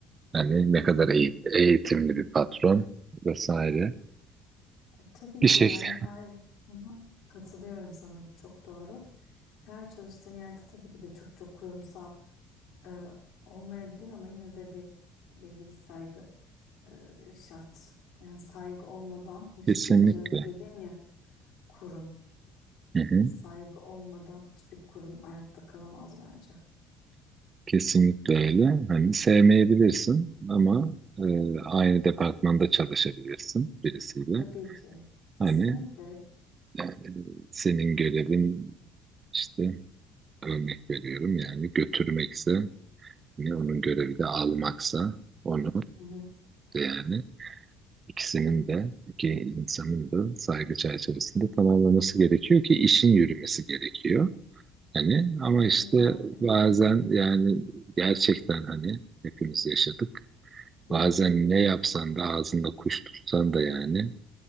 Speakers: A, on the right; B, on the left.
A: yani
B: E
A: ne kadar
B: tabii
A: eğit-
B: ki.
A: eğitimli bir patron vesaire
B: E, tabii
A: bir
B: ki
A: şekilde
B: yani her Hı-hı. katılıyorum sana çok doğru. Her çalıştığın yerde tabii ki de çok çok kurumsal e, olmayabilir ama yine de bir belli bir saygı e, şart. Yani saygı olmadan hiçbir
A: kesinlikle.
B: az önce dedin ya kurum.
A: Hı hı.
B: Saygı olmadan hiçbir kurum ayakta kalamaz bence.
A: Kesinlikle öyle. Hani sevmeyebilirsin ama e, aynı departmanda çalışabilirsin birisiyle.
B: Tabii ki. Kesinlikle.
A: Hani yani senin görevin işte örnek veriyorum yani götürmekse hani onun görevi de almaksa onu
B: Hı-hı.
A: da yani ikisinin de iki insanın da saygı çerçevesinde tamamlaması gerekiyor ki işin yürümesi gerekiyor. Hani ama
B: E,
A: işte
B: illaki.
A: bazen yani gerçekten hani hepimiz yaşadık.
B: Hı-hı.
A: Bazen ne yapsan da ağzında kuş tutsan da yani